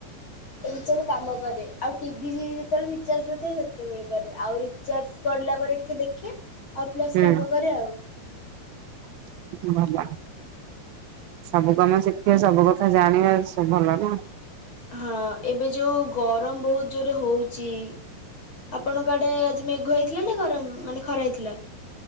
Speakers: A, on the left; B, on the right.
A: <unintelligible> କାମ କରେ ଆଉ ଟିଭି ଯେତେବେଳେ ରିଚାର୍ଜ ନଥାଏ ସେତେବେଳେ କରେ ଆଉ ରିଚାର୍ଜ ପଡ଼ିଲା ପରେ ଟିକେ ଦେଖେ ଆଉ ପ୍ଲସ୍
B: ହୁଁ
A: କାମ କରେ ଆଉ।
B: <unintelligible> ସବୁ କାମ ଶିଖିବା ସବୁ କଥା ଜାଣିବା ସବୁ ଭଲ ନାଁ।
A: ହଁ ଏବେ ଯୋଉ ଗରମ ବୋହୁତ ଜୋରେ ହୋଉଚି। ଆପଣଙ୍କ ଆଡେ ଆଜି ମେଘ ହେଇଥିଲା ନା ଗରମ୍ ମାନେ ଖରା ହେଇଥିଲା?